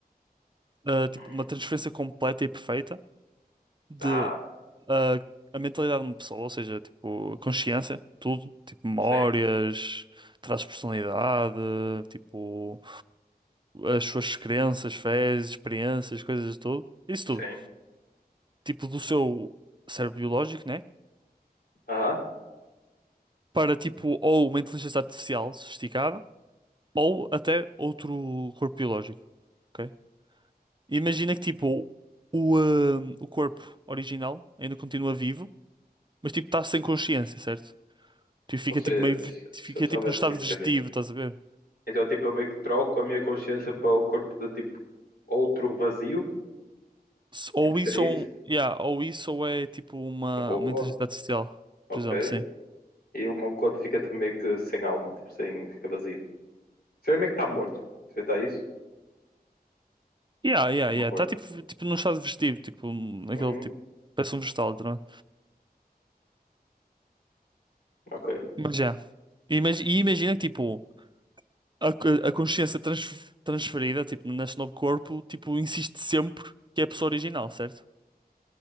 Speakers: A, on the right; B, on the left.
A: ah, tipo,
B: Uhum.
A: uma transferência completa e perfeita de
B: Tá,
A: ah, a mentalidade de uma pessoa, ou seja, tipo, a consciência, tudo, tipo, memórias,
B: sim,
A: traços de personalidade, tipo, as suas crenças, fés, experiências, coisas de tudo, isso tudo,
B: sim.
A: tipo, do seu cérebro biológico, né?
B: Ah,
A: Para tipo, ou uma inteligência artificial sofisticada Ou até outro corpo biológico. ok? Imagina que tipo o, hum, o corpo original ainda continua vivo, mas tipo está sem consciência, certo? Tipo, fica
B: ou seja,
A: tipo meio ve-
B: se
A: fica
B: se eu soubesse
A: tipo no estado
B: entender.
A: vegetativo, estás a ver?
B: Então, tipo, eu meio que troco a minha consciência para o corpo de, tipo, outro vazio.
A: Se- Ou
B: Tipo, seria
A: isso ou,
B: isso?
A: um- yeah, ou isso ou é tipo uma,
B: Um robô?
A: uma inteligência artificial,
B: Ok.
A: por exemplo, sim.
B: E o meu corpo fica, tipo, meio que sem alma, tipo, sem, fica vazio. Seria meio que está morto. Seria tá isso?
A: Yeah, yeah,
B: O
A: yeah.
B: meu corpo.
A: Está tipo, tipo num estado vegetativo, tipo, um, naquele
B: Uhum,
A: tipo, parece um vegetal, tá, não é?
B: ok.
A: Mas já. Imag- E imagina que tipo. a, a consciência trans- transferida, tipo, nesse novo corpo, tipo, insiste sempre que é a pessoa original, certo?